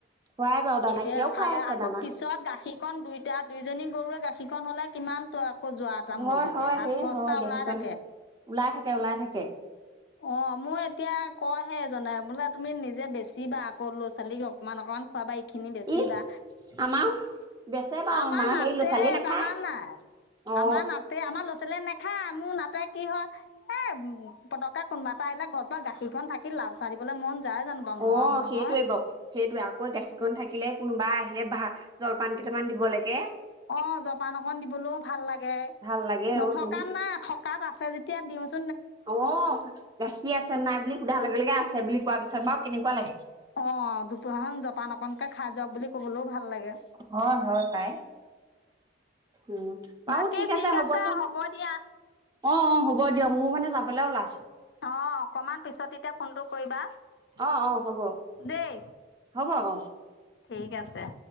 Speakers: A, on the right; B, on the left.
A: খুৱাই বাৰু
B: সেই
A: দানা
B: দে
A: এতিয়াও
B: ৰখালে
A: খুৱাই আছে
B: আকৌ
A: দানা
B: পিছত গাখীৰ। এখন দুইটা দুইজনী গৰুৱৰে গাখীৰখন হলে কিমান কজোৱা এটা
A: হয়
B: মৰি থাকে
A: হয়
B: হাত
A: সেই
B: খৰচটা
A: হয় গেহীকণ
B: ওলাই থাকে।
A: ওলাই থাকে, ওলাই থাকে।
B: অ', মই এতিয়া কহে জাননে বোলে তুমি নিজে বেছি ব কৰ ল'ৰা ছোৱালীক অকনমান অকমান খোৱাবা। খিনি বেছি
A: ই
B: বা
A: আমাৰো বেচে বাৰু
B: আমাৰ নাতে
A: সেই ল'ৰা ছোৱালীয়ে নাখায়
B: জানা নাই
A: অ
B: আমাৰ নাতে আমাৰ নেখায় মোৰ নাপায় কি হয় এ উ'ম পতকে কোনোবা এটা আহিল ঘৰ পৰা গাখীৰকন থাকি লাল চাহ দিবলৈ মন। যায় জানো বাৰু
A: অ
B: নোৱাৰো নহয়
A: সেইটোৱে বাও। সেইটোৱে আকৌ গাখীৰকণ থাকিলে কোনোবা আহিলে বাহ জলপান কেইটামান দিব লাগে।
B: অ'জপান অকন দিবলৈও ভাল লাগে
A: ভাল লাগে
B: নথকাত
A: অ তুম
B: নাই থকা তাত আছে যেতিয়া দিওঁ চোন
A: অ 'গাখীৰ আছে নাই বুলি সোধাৰ লগে লগে আছে বুলি কোৱা পিছত বাৰু কেনেকুৱা লাগে।
B: অ 'জোপুহাখন জোপা অকনকে খাই যাওক বুলি ক'বলৈও ভাল লাগে
A: হয়- হয় পাই উম বাৰু
B: বাকী
A: ঠিক আছে হ'বচোন
B: হ'ব দিয়া
A: অ অ হ'ব দিয়ক মোৰ মানে যাবলৈ ওলাইছিলো।
B: অ অকণমান পিছত এতিয়া ফোনটো কৰিবা।
A: আহ অ হ'ব
B: দেই
A: হব আহ।
B: ঠিক আছে